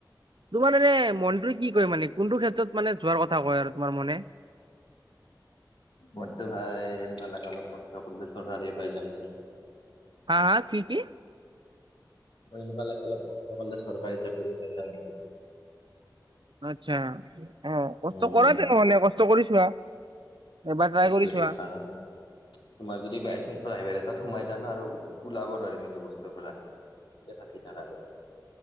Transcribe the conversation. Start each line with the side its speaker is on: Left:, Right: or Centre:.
Right: তোমাৰ এনে মনটোৱে কি কয় মানে কোনটো ক্ষেত্ৰত মানে যোৱাৰ কথা কয় আৰু তোমাৰ মনে।
Left: মইতো ভাই এনেকুৱা লাগে। অলপ কষ্ট কৰিলে চৰকাৰী য়ে পাই যাও নেকি
Right: হা, কি - কি?
Left: মোৰ এলেকা লাগে অলপ কষ্ট কৰিলে চৰকাৰী চাকৰিয়ে পাই যাও নেকি।
Right: আচ্চা অহ ' কষ্ট
Left: উম
Right: কৰা তেনেহলে কষ্ট কৰি চোৱা। এবাৰ ট্ৰাই
Left: সেইটোয়ে
Right: কৰি চোৱা
Left: কাৰণ তোমাৰ যদি বাই চানস প্ৰাইভেট এটাত সোমাই জানা আৰু ওলাব নোৱাৰিম সেইটো বস্তুৰ পৰা এতে ফাচী থাকা যায়।